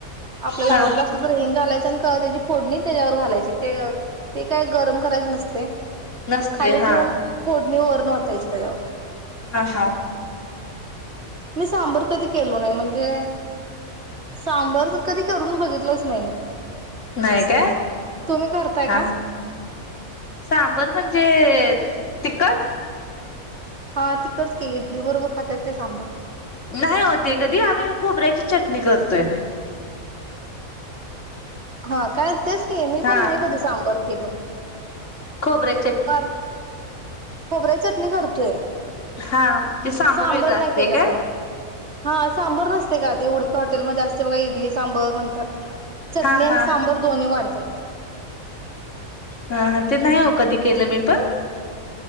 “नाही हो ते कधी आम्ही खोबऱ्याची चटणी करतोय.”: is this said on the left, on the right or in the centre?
Left